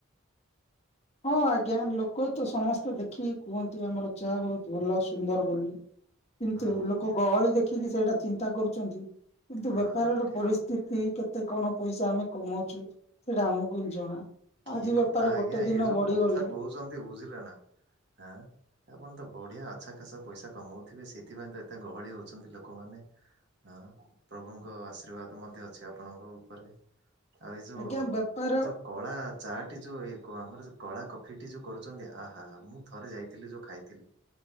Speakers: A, on the left; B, on the right.
A: ହଁ ଆଜ୍ଞା ଲୋକ ତ ସମସ୍ତେ ଦେଖିକି କୁହନ୍ତିୁ ଆମର ଚାହା ବହୁତ ଭଲ ସୁନ୍ଦର ବୋଲି। କିନ୍ତୁ
B: ହୁଁ ହୁଁ
A: ଲୋକ
B: ହୁଁ
A: ଗହଳି ଦେଖିକି ସେଇଟା ଚିନ୍ତା କରୁଛନ୍ତି। କିନ୍ତୁ
B: ହଁ
A: ବେପାରର
B: ହଁ ଠିକ
A: ପରିସ୍ଥିତି କେତେ କେତେ କଣ ପଇସା ଆମେ କମାଉଛୁ ସେଇଟା ଆମକୁ ହିଁ ଜଣା।
B: କି
A: ଆଜି ବେପାର
B: କଥା
A: ଗୋଟେ
B: ଆଜ୍ଞା
A: ଦିନ
B: ଏଇ ଯୋଉ
A: ବଢିଗଲେ
B: କଥା କହୁଛନ୍ତି ବୁଝିଲେ ନାଁ ଆଁ। ଆପଣ ତ ବଢିଆ ଆଛା ଖାସା ପଇସା କମଉଥିବେ ସେଇଥିପାଇଁ ତ ଏତେ ଗହଳି ହଉଛନ୍ତି ଲୋକମାନେ ହଁ। ପ୍ରଭୁଙ୍କ ଆଶୀର୍ବାଦ ମଧ୍ୟ ଅଛି। ଅଛି ଆପଣଙ୍କ ଉପରେ। ଆଉ ଏଇ ଯୋଉ
A: ଆଜ୍ଞା ବେପାର
B: ଏଇ ଯୋଉ କଳା ଚା ଟି ଯୋଉଇ କ ଆମର କଳା କଫିଟି ଯୋଉ କରୁଚନ୍ତି ଆହା ହା ହା। ମୁଁ ଥରେ ଯାଇଥିଲି ଯୋଉ ଖାଇଥିଲି